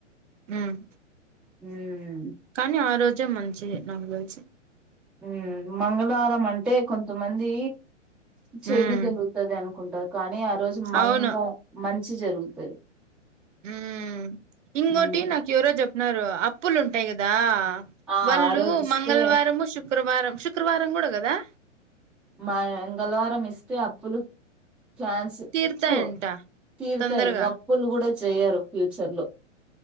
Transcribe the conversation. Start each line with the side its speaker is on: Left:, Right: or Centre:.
Right: ఉమ్
Centre: ఉమ్
Right: కానీ ఆ రోజే మంచిది నాకు తెలిసి
Centre: ఉమ్ మంగళారం అంటే కొంతమంది చెడు
Right: ఉమ్
Centre: జరుగుతది అను కుంటరు కానీ ఆ రోజు మంగ
Right: అవును
Centre: మంచి జరుగుతది
Right: ఉమ్ ఇంగొటి
Centre: ఉమ్
Right: నాకు ఎవరో చెప్నారు అప్పులు ఉంటాయి గదా
Centre: ఆ
Right: వాళ్లు
Centre: ఆ రోజు ఇస్తే
Right: మంగళవారము శుక్రవారం శుక్రవారం కూడా గదా
Centre: మాంగళవారం ఇస్తే అప్పులు ఛాన్స్
Right: తీరుతాయంట
Centre: తు తీర్థయి
Right: తొందరగా
Centre: అప్పులు గూడ చేయరు ఫ్యూచర్ లో